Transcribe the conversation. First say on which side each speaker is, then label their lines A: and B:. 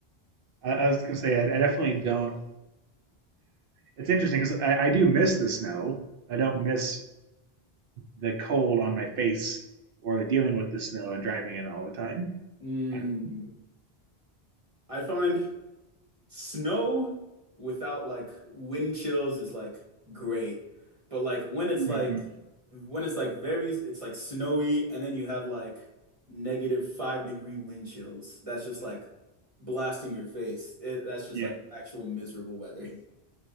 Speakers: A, on the right; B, on the right.
A: I, I was gonna say, I, I definitely don't. It's interesting because I, I do miss the snow. I don't miss the cold on my face or the dealing with the snow and driving in all the time.
B: Mm,
A: Kind of.
B: I find Snow without like wind chills is like great. But like when it's
A: Mm-hmm.
B: like when it's like very it's like snowy and then you have like negative five degree wind chills. That's just like blasting your face. It, that's just
A: Yep.
B: like actual miserable weather. <laughs>